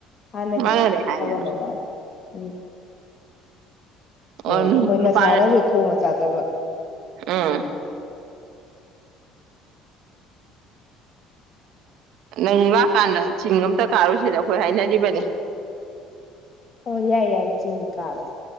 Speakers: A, on the left; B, on the right.
A: ꯍꯥꯟꯅꯗꯤ
B: ꯃꯥꯅꯅꯦꯦ ꯍꯥꯏ
A: ꯇꯧꯔꯝꯕ
B: ꯌꯥꯝ
A: ꯃꯥꯜꯂꯦ ꯎꯝ ꯃꯣꯏ
B: ꯑꯣ
A: ꯃꯣꯏ
B: ꯅꯨꯄꯥ
A: ꯃꯁꯥꯅꯁꯨ ꯊꯣꯡꯅ ꯆꯥꯖꯕ
B: ꯎꯝ ꯅꯪ ꯂꯥꯛꯀꯥꯟꯗ ꯆꯤꯡ ꯑꯝꯇ ꯀꯥꯔꯨꯁꯤꯗ ꯑꯩꯈꯣꯏ ꯍꯥꯏꯅꯔꯤꯕꯅꯤ
A: ꯑꯣ ꯌꯥꯏ ꯌꯥꯏ ꯆꯤꯡ ꯏ ꯀꯥꯕꯦ